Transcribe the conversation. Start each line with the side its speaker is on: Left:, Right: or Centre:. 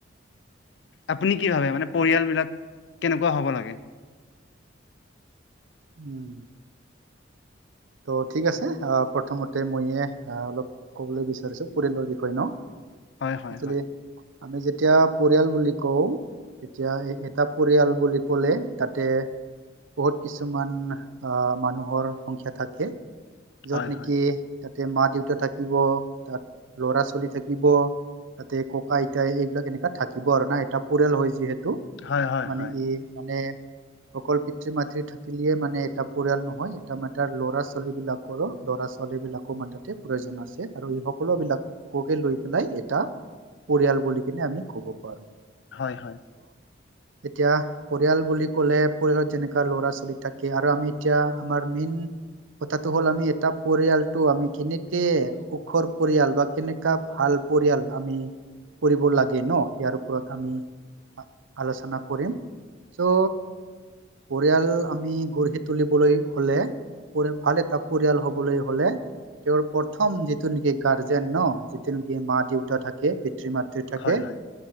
Left: আপুনি কি ভাবে মানে পৰিয়াল বিলাক কেনেকুৱা হ'ব লাগে। <inaudible>
Right: উম। তোৰ ঠিক আছে, প্ৰথমতে মইয়ে অলপ ক'বলৈ বিচাৰিছোঁ। পৰিয়ালৰ বিষয়ে ন
Left: হয় হয়
Right: একচোৱেলি
Left: হয়
Right: আমি যেতিয়া পৰিয়াল বুলি কওঁ। তেতিয়া এটা পৰিয়াল বুলি ক'লে তাতে বহুত কিছুমান আহ মানুহৰ সংখ্যা থাকে। য'ত
Left: হয়
Right: নেকি
Left: হয়
Right: তাত তাতে মা দেউতা থাকিব, তাত ল'ৰা ছোৱালী থাকিব। তাতে, ককা আইতা এইবিলাক এনেকা থাকিব আৰু না এটা পৰিয়াল হয় যিহেতু টো
Left: হয় হয়
Right: মানে
Left: হয়
Right: এই মানে অকল পিতৃ মাতৃ থাকিলিয়ে মানে এটা পৰিয়াল নহয়, এটা আমাতাৰ ল'ৰা কৰোঁ ল'ৰা ছোৱালী বিলাকো মান তাতে প্ৰয়োজন আছে আৰু এই সকলো বিলাককে লৈ পেলাই এটা পৰিয়াল বুলি কিনে আমি ক'ব পাৰোঁ।
Left: হয়, হয়।
Right: এতিয়া পৰিয়াল বুলি ক'লে পৰিয়ালত যেনেকা ল'ৰা ছোৱালী থাকে আৰু আমি এতিয়া আমাৰ মেইন কথাটো হ'ল আমি এটা পৰিয়ালটো আমি কেনেকে সুখৰ পৰিয়াল বা কেনেকা ভাল ভাল পৰিয়াল আমি কৰিব লাগে ন। ইয়াৰ ওপৰত আমি আলোচনা কৰিম চো পৰিয়াল আমি গঢ়ি তুলিবলৈ হ'লে পৰিয়াল ভালে এটা পৰিয়াল হ'বলৈ হ'লে। তেওঁৰ প্ৰথম যিটো নেকি গাৰ্জেন ন। তেনেকে মা দেউতা থাকে পিতৃ মাতৃ থাকে
Left: হয় হয়। হয়